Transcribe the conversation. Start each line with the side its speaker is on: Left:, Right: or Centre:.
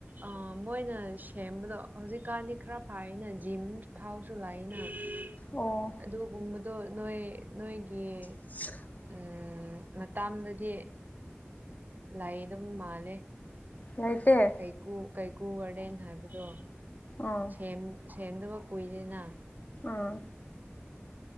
Right: ꯑ ꯃꯣꯏꯅ ꯁꯦꯝꯕꯗꯣ ꯍꯧꯖꯤꯛꯀꯥꯟꯗꯤ ꯈ꯭ꯔ ꯐꯥꯏꯅ ꯖꯤꯝ ꯐꯥꯎꯁꯨ ꯂꯩ ꯅ <unintelligible>
Left: ꯑꯣ
Right: ꯑꯗꯨꯒꯨꯝꯕꯗꯣ ꯅꯣꯏ ꯅꯣꯏꯒꯤ
Left: <unintelligible>
Right: ꯎꯝ ꯃꯇꯥꯝꯗꯗꯤ ꯂꯩꯏꯗꯕ ꯃꯥꯜꯂꯦ
Left: ꯂꯩꯇꯦ
Right: ꯀꯩꯀꯨ ꯀꯩꯀꯨ ꯒꯥꯔꯗꯦꯟ ꯍꯥꯏꯕꯗꯣ
Left: ꯎꯝ
Right: ꯁꯦꯝ ꯁꯦꯝꯗꯕ ꯀꯨꯏꯔꯦꯅ
Left: ꯑꯥ